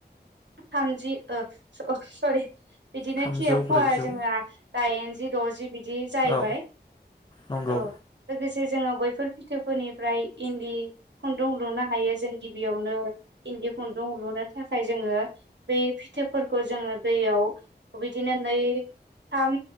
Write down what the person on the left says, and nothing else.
थामजौ
ब्रैजौ
औ नंगौ